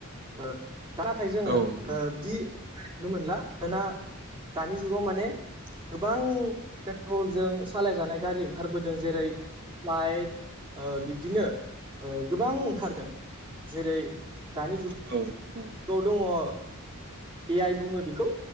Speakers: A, on the right (about 25°); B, on the right (about 50°).
A: ओ दा नाथाय जोङो
B: नोंथां
A: ओ बिदि नुनो मोनला दाना दानि जुगाव माने गोबां पेट्रलजों सालायजानाय गारि ओंखारबोदों जेरै फ्लाइट ओ बिबदिनो ओ गोबां ओंखारदों जेरै दानि जुग
B: औ औ।
A: गाव दङ ओ ए आइ बुङो बेखौ